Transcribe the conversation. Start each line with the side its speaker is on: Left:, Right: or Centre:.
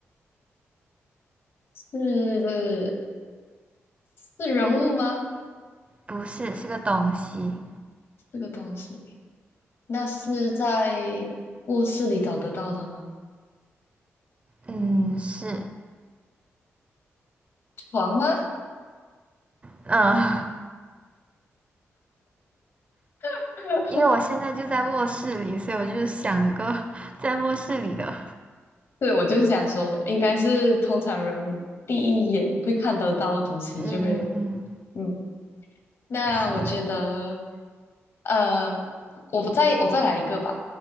Left: 是是人物吗？
Right: 不是，是个东西。
Left: 这个东西，那是在卧室里找得到的吗？
Right: 嗯，是，
Left: 床吗？
Right: 嗯、<laughs> 呃
Left: <laughs>
Right: 因为我现在就在卧室里，所以我就想了个 <laughs> 在卧室里的。
Left: 对，我就想说，应该是通常人第一眼会看得到的东西，
Right: 嗯嗯，
Left: 就会嗯那我觉得，
Right: 行，
Left: 呃，我再我再来一个吧。